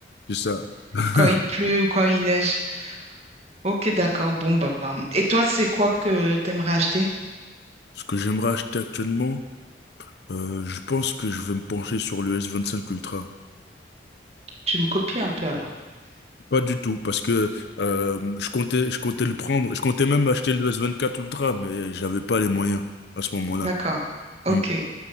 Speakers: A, on the left; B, on the right.
A: c'est ça. <laughs>
B: quand il pleut ou quand il neige. Ok, d'accord. Bon, bah. bah. Et toi, c'est quoi que tu aimerais acheter?
A: Ce que j'aimerais acheter actuellement, euh, je pense que je vais me pencher sur le S25 Ultra.
B: Tu me copies un peu alors.
A: Pas du tout, parce que euh, je comptais, je comptais le prendre, je comptais même acheter le S24 Ultra, mais j'avais pas les moyens à ce moment-là.
B: D'accord. Ok.
A: Hmm.